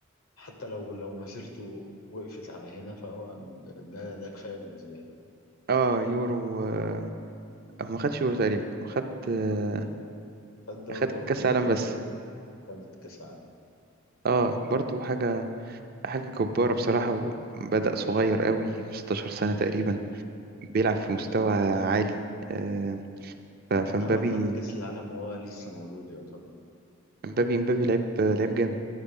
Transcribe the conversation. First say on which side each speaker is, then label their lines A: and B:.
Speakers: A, on the left (about 80°); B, on the right (about 45°).
A: حتى لو لو مسيرته وقفت على هنا فهو ده ده كفاية بالنسبة له
B: اه يورو آه، أو ما خدش يورو تقريبا وخد آه،
A: خد دوري
B: خد
A: الأمم
B: كاس
A: الأوروبية
B: عالم بس
A: وخد كأس العالم
B: اه برضو حاجه حاجه جباره بصراحه وبدأ صغير قوي في 16 سنه تقريبا بيلعب في مستوى عالي آه، ف- فمبابي
A: اه خد كأس العالم وهو لسه مولود يعتبر
B: امبابي امبابي لعيب لعيب جامد